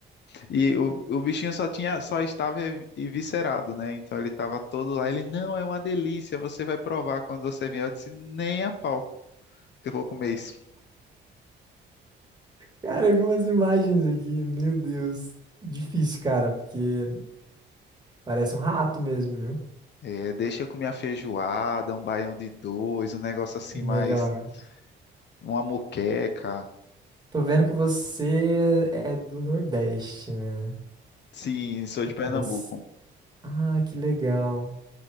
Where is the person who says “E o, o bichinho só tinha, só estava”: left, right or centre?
Left